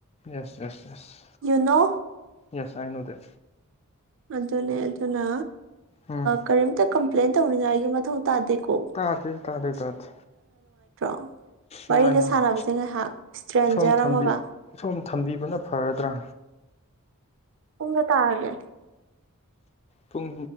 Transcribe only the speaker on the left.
yes yes yes
yes I know that
ꯎꯝ
ꯇꯥꯗꯦ ꯇꯥꯗꯦ ꯇꯥꯗꯦ
ꯅꯨꯡꯉꯥꯏ ꯅꯨꯡꯉꯥꯏ
ꯁꯣꯝ ꯊꯝꯕꯤ
ꯁꯣꯝ ꯊꯝꯕꯤꯕꯅ ꯐꯔꯗ꯭ꯔꯥ
ꯄꯨꯡ